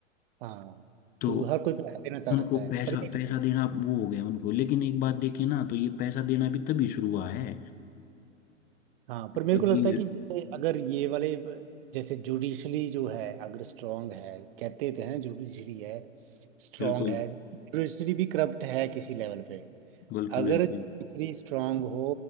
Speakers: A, on the right (about 45°); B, on the left (about 25°).
A: हाँ
B: तो
A: तो हर कोई पैसा देना चाहता
B: उनको
A: है
B: पैसा
A: पर ये
B: पैसा
A: कि
B: देना वो हो गया उनको लेकिन एक बात देखिए ना तो ये पैसा देना भी तभी शुरू हुआ है
A: हाँ पर मेरे
B: जब
A: को लगता
B: ये
A: है कि जैसे अगर ये वाले ब- जैसे जुडिशरी जो है अगर स्ट्रांग है कहते तो हैं जुडिशरी है स्ट्रांग
B: बिल्कुल
A: है जुडिशरी भी करप्ट है किसी लेवल पे
B: बिल्कुल
A: अगर
B: बिल्कुल
A: दूसरी स्ट्रांग हो